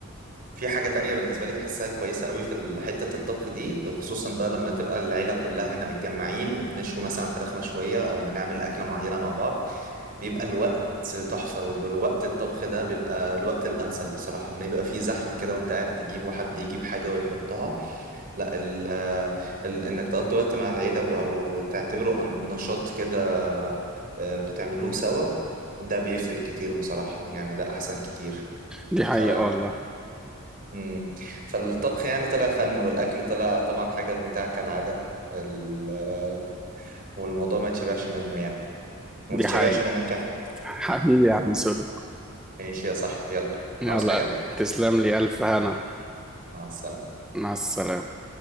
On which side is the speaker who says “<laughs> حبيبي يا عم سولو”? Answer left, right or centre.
Centre